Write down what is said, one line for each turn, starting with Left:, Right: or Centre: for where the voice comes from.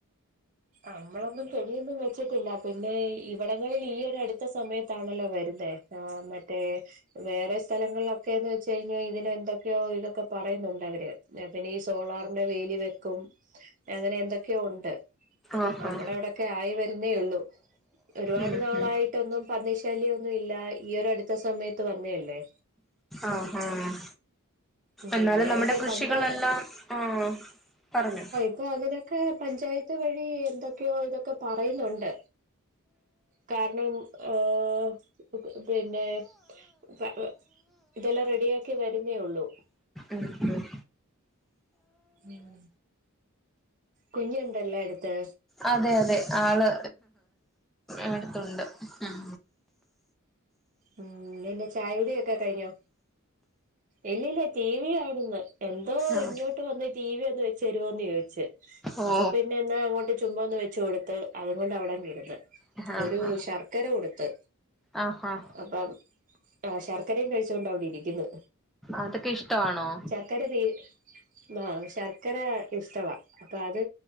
Right: അമ്മളൊന്നും കെണിയൊന്നും വെച്ചിട്ടില്ല പിന്നെ ഇവടങ്ങളിൽ ഈ അട്ത്ത സമയത്താണല്ലോ വെര്ന്നേ ആഹ് മറ്റേ വേറെ സ്ഥലങ്ങളിലൊക്കെന്ന് വെച്ച് കഴിഞ്ഞാ ഇതിനെന്തൊക്ക്യൊ ഇതൊക്കെ പറയുന്നുണ്ടവര് ന്നെ പിന്നെ ഈ സോളാറിന്റെ വേലി വെക്കും അങ്ങനെ എന്തൊ ക്ക്യൊ ഉണ്ട്
Centre: ആഹാ
Right: നമ്മടെ ഇവടൊക്കെ ആയി വെര്ന്നേ ഒള്ളൂ ഒരുപാട്
Centre: ഉം
Right: നാളായി
Centre: ഉം
Right: ട്ടൊന്നും പന്നി ശല്ല്യൊന്നുല്ല ഈ ഒരട്ത്ത സമയത്ത് വന്നേ അല്ലേ
Centre: ആഹ് ആഹ്
Right: ഉം
Centre: എന്നാലും
Right: നേരത്തെ
Centre: നമ്മടെ കൃഷികളെല്ലാം
Right: പണ്ട്
Centre: ആഹ് പറഞ്ഞോ
Right: ക്കാ അങ്ങനെക്കെ പഞ്ചായത്ത് വഴി എന്തൊക്ക്യോ ഇതൊക്കെ പറയുന്നുണ്ട് കാരണം ഏഹ് ഇത് പിന്നെ പ വ ഇതെല്ലാം റെഡിയാക്കി വെര്ന്നേ ഒള്ളൂ.
Centre: ഉം ഉം
Right: ഉം കുഞ്ഞുണ്ടല്ലേ അട്ത്ത്
Centre: അതെ യതെ ആള് അട്ത്തുണ്ട് ഉം
Right: ഉം <unintelligible> ചായുട്യൊക്കെ കഴിഞ്ഞോ? ഇല്ലല്ല ടി വി കാണ്ന്ന് എന്തോ
Centre: ആഹ്
Right: ഇൻങ്ങോ ഇപ്പ വന്ന് ടി വി ഒന്ന് വെചേരോന്ന് ചോയ്ച്ച്
Centre: ഓ
Right: അപ്പൊ പിന്നെ ന്നാ അങ്ങോട്ട് ചുമ്മ ഒന്ന് വെച്ച് കൊട്ത്ത് അതു കൊണ്ട് അവിടങ്ങിര്ന്ന്
Centre: ആഹ്
Right: ഒരു
Centre: ആഹ്
Right: ശർക്കര കൊട്ത്ത്.
Centre: ആഹ് ഹ
Right: അപ്പം ആഹ് ശർക്കരിം കഴിച്ചോണ്ട് അവടെ ഇരിക്ക്ന്ന്
Centre: അതൊക്കെഷ്ടാണോ?
Right: ക്കര തീ ആഹ് ശർക്കര ഇഷ്ടവാ അപ്പ അത്